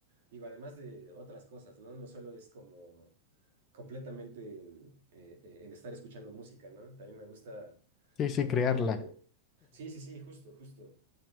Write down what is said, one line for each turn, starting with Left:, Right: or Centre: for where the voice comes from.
Right: Digo, además de otras cosas, ¿no? No solo es como completamente en, eh, eh, en estar escuchando música, ¿no? También me gusta
Left: Sí, sí,
Right: cuando
Left: crearla.
Right: tengo tiempo. Sí, sí, sí, justo, justo.